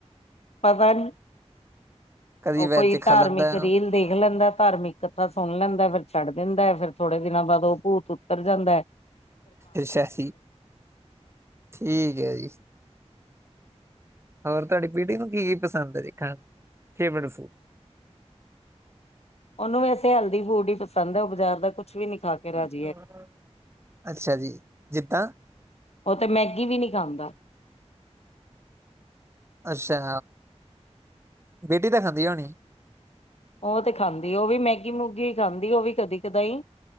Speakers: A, on the left (about 65°); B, on the right (about 20°).
A: ਪਤਾ ਨੀ
B: ਕਦੀ
A: ਉਹ
B: ਵੈਜ
A: ਕੋਈ
B: ਚ ਖਾ
A: ਧਾਰਮਿਕ
B: ਲੈਂਦਾ
A: ਰੀਲ ਦੇਖ ਲੈਂਦਾ ਧਾਰਮਿਕ ਕਥਾ ਸੁਣ ਲੈਂਦਾ ਫਿਰ ਛੱਡ ਦਿੰਦਾ ਹੈ ਫੇਰ ਥੋੜੇ ਦਿਨਾਂ ਬਾਅਦ ਉਹ ਭੂਤ ਉਤਰ ਜਾਂਦਾ ਹੈ
B: ਅੱਛਾ ਜੀ ਠੀਕ ਹੈ ਜੀ ਹੋਰ ਤੁਹਾਡੀ ਪੀੜੀ ਨੂੰ ਕੀ ਕੀ ਪਸੰਦ ਹੈ ਖਾਣ ਫੇਵਰੇਟ ਫੂਡ
A: ਉਹਨੂੰ ਵੈਸੇ ਹੈਲਦੀ ਫੂਡ ਹੀ ਪਸੰਦ ਹੈ ਉਹ ਬਾਜ਼ਾਰ ਦਾ ਕੁ ਕੁਛ ਵੀ ਨੀ ਖਾ ਕੇ ਰਾਜੀ
B: ਫੂਡ ਅੱਛਾ ਜੀ ਜਿੱਦਾਂ
A: ਉਹ ਤੇ ਮੈਗੀ ਵੀ ਨੀ ਖਾਂਦਾ।
B: ਅੱਛਾ ਬੇਟੀ ਤਾਂ ਖਾਂਦੀ ਹੋਣੀ,
A: ਉਹ ਤੇ ਖਾਂਦੀ ਉਹ ਵੀ ਮੈਗੀ ਮੂਗੀ ਖਾਂਦੀ ਉਹ ਵੀ ਕਦੀ ਕਦਾਈ